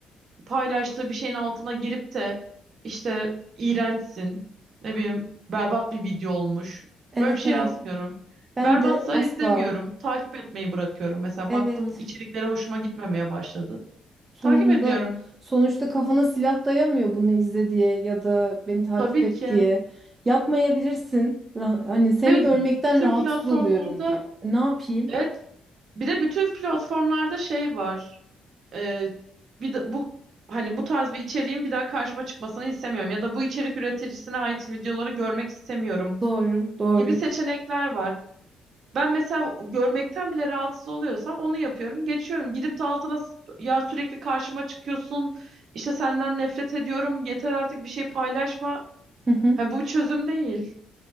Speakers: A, on the right; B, on the right.
A: paylaştığı bir şeyin altına girip de işte iğrençsin, ne bileyim berbat bir video olmuş.
B: Evet
A: Böyle bir şey
B: evet.
A: yazmıyorum.
B: Ben
A: Berbatsa
B: de asla.
A: izlemiyorum. Takip etmeyi bırakıyorum. Mesela
B: Evet.
A: baktım içeriklere hoşuma gitmemeye başladı.
B: Sonucunda
A: Takip etmiyorum.
B: sonuçta kafana silah dayamıyor bunu izle diye ya da beni takip
A: Tabii
B: et
A: ki.
B: diye. Yapmayabilirsin. Ra- Hani seni
A: Evet,
B: görmekten
A: bütün
B: rahatsız
A: platformlarda
B: oluyorum diyor. E, Ne yapayım?
A: evet bir de bütün platformlarda şey var. Ee, bir de bu hani bu tarz bir içeriğin bir daha karşıma çıkmasını istemiyorum ya da bu içerik üreticisine ait videoları görmek istemiyorum
B: Doğru, doğru.
A: gibi seçenekler var. Ben mesela görmekten bile rahatsız oluyorsam onu yapıyorum. Geçiyorum. Gidip de altına s- ya sürekli karşıma çıkıyorsun. İşte senden nefret ediyorum. Yeter artık bir şey paylaşma.
B: Hı hı.
A: Ha, bu bir çözüm değil